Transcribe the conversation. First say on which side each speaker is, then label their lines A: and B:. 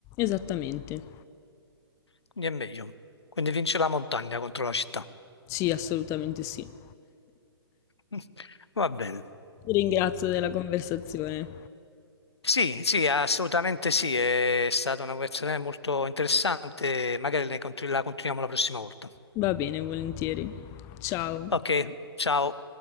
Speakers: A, on the left; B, on the left.
A: Esattamente.
B: quindi è meglio. Quindi vince la montagna contro la città.
A: Sì, assolutamente sì. <laughs>
B: <laughs> Va bene.
A: Ti ringrazio della conversazione.
B: Sì, sì, assolutamente sì, è stata una conversazione molto interessante, magari ne continu- la continuiamo la prossima volta.
A: Va bene, volentieri. Ciao.
B: Ok, ciao.